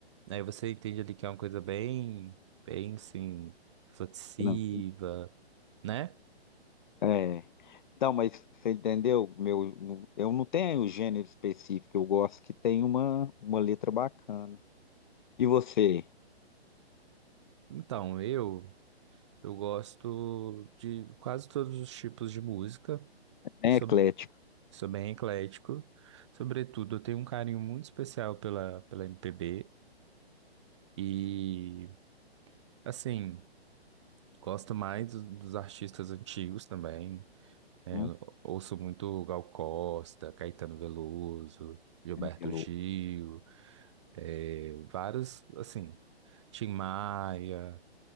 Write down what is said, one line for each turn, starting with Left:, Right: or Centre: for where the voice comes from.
Right: aí você entende ali que é uma coisa bem, bem assim, reflexiva,
Left: Não.
Right: né?
Left: É. Então, mas você entendeu? Meu, eu não tenho um gênero específico, eu gosto que tem uma, uma letra bacana. E você?
Right: Então, eu, eu gosto de quase todos os tipos de música.
Left: bem
Right: Sou
Left: eclético,
Right: Sou bem eclético. Sobretudo, eu tenho um carinho muito especial pela, pela MPB. E, assim, gosto mais dos, dos artistas antigos também. É,
Left: né?
Right: eu ouço muito Gal Costa, Caetano Veloso, Gilberto
Left: Pelo
Right: Gil, é, vários, assim, Tim Maia,